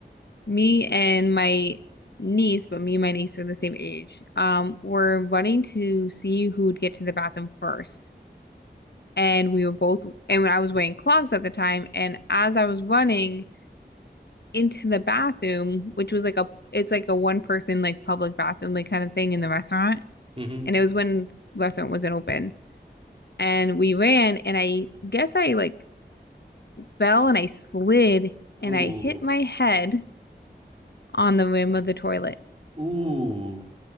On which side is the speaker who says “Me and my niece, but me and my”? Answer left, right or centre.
Left